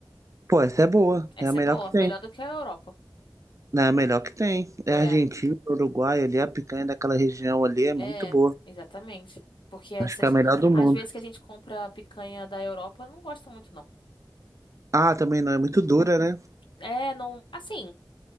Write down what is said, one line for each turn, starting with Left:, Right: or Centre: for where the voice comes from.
Right: Pô, essa é boa.
Left: Essa
Right: É a melhor
Left: é boa,
Right: que tem.
Left: melhor do que a Europa.
Right: É a melhor que tem. É
Left: É,
Right: Argentina, Uruguai, ali, a picanha daquela região ali é
Left: é,
Right: muito boa.
Left: exatamente. Porque essas
Right: Acho que é a melhor do mundo.
Left: às vezes que a gente compra a picanha da Europa, eu não gosto muito não.
Right: Ah, também não é muito dura, né?
Left: É, não, assim,